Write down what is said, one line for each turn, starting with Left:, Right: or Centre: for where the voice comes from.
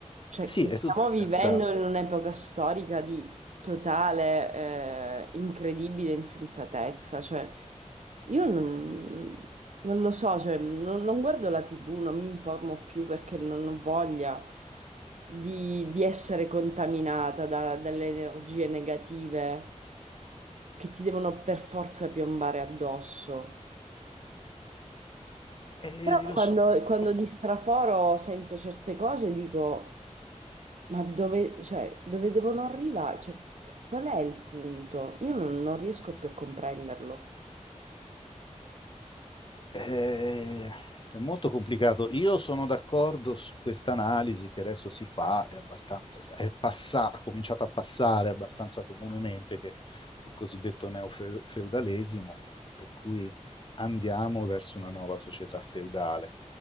Right: Cioè,
Left: Sì,
Right: che
Left: è tutto
Right: stiamo
Left: senza...
Right: vivendo in un'epoca storica di totale, eh, incredibile insensatezza. Cioè, io non, non lo so, cioè, non, non guardo la TV, non mi informo più perché non ho voglia di, di essere contaminata da- dalle energie negative che ti devono per forza piombare addosso.
Left: Eh,
Right: Però
Left: lo
Right: quando,
Left: so, purtroppo
Right: quando di straforo sento certe cose dico, ma dove, cioè, dove devono arrivare? Cioè, qual è il punto? Io non, non riesco più a comprenderlo.
Left: Eh, è molto complicato. Io sono d'accordo su questa analisi che adesso si fa, è abbastanza, è passa- ha cominciato a passare abbastanza comunemente, che il cosiddetto neofeudalesimo, per cui andiamo verso una nuova società feudale.